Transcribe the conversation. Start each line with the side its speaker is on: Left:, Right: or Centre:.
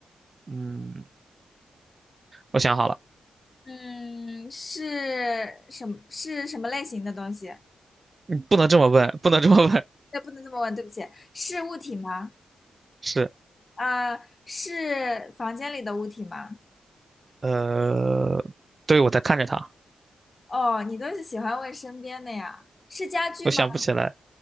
Right: 嗯，我想好了，
Left: 嗯，是什么？是什么类型的东西？
Right: 不能这么问，不能这么问。
Left: 对，不能这么问，对不起，是物体吗？
Right: 是，
Left: 呃，是房间里的物体吗？
Right: 呃，对，我在看着他，
Left: 哦，你都是喜欢问身边的呀？是家具吗？
Right: 我想不起来，